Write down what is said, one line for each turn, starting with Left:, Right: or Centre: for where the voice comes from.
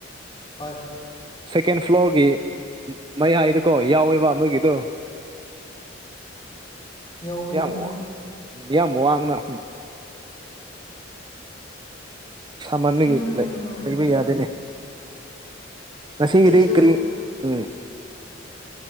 Left: ꯍꯣꯏ
Right: ꯁꯦꯀꯦꯟ ꯐ꯭ꯂꯣꯔꯒꯤ ꯃꯩ ꯍꯥꯏꯗꯀꯣ ꯌꯥꯎꯋꯦꯕ ꯃꯣꯏꯒꯤꯗꯣ
Left: ꯌꯥꯎꯕꯅꯦ
Right: ꯌꯥꯝ
Left: ꯍꯣꯏ
Right: ꯌꯥꯝ ꯋꯥꯡꯅ ꯁꯃꯒꯤ
Left: ꯍꯝ
Right: ꯂꯩꯕ ꯌꯥꯗꯦꯅꯦ ꯅꯁꯤ
Left: ꯑꯩꯁꯨ
Right: ꯏꯔꯤ ꯀ꯭ꯔꯤ ꯎꯝ